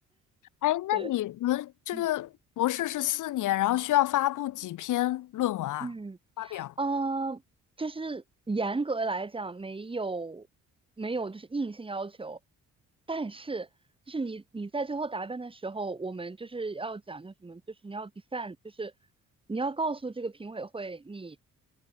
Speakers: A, on the left; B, on the right.
A: 哎，那你们这个博士是四年，
B: 对，嗯
A: 然后需要发布几篇论文啊？
B: 嗯，
A: 发表。
B: 呃，就是严格来讲没有没有就是硬性要求，但是就是你你在最后答辩的时候，我们就是要讲叫什么，就是你要 defend，就是你要告诉这个评委会你